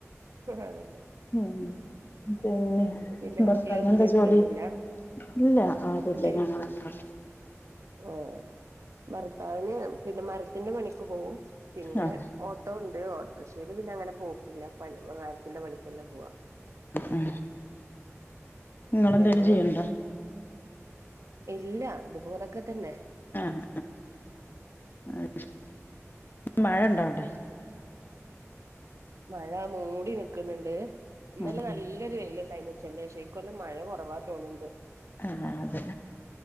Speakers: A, on the right; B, on the left.
A: അതന്നെ
B: ഉം ഉം പിന്നെ
A: പിന്നെ
B: ഭർത്താവിനെന്താ
A: വീട്ടില് ഉമ്മയും ഉപ്പയും
B: ജോലി
A: ഒന്നുമില്ല
B: ഇല്ല ആരുല്ല
A: പിന്നെ
B: ഞ <unintelligible>
A: ആഹ് ഭർത്താവിന് പിന്നെ മരത്തിന്റെ പണിക്ക് പോവും പിന്നെ
B: ആഹ്
A: ഓട്ട് ട്ടൊണ്ട് ഓട്ടോറിഷീല് പിന്നെ അങ്ങനെ പോക്കില്ല പ്പ മർത്തിന്റെ പണികെന്നെ പോവാ.
B: ഉം നിങ്ങെളന്തേലും
A: ഞങ്ങള്
B: ചെയ്യ്
A: ഇല്ല ഇതുപോലൊക്കെതന്നെ.
B: ആഹ് ആഹ് മഴണ്ടോഅവിടെ
A: മഴ മൂടി നിക്ക്ണ് ണ്ട് ഇന്നലെ
B: ഉം
A: നല്ലൊരു വെയിലുണ്ടായിരുന്നു. ഉചന്റെഷേ ഇക്കൊല്ലം മഴ കൊറവാ തോന്ന്ണ്ട്.
B: ആഹ് അതെ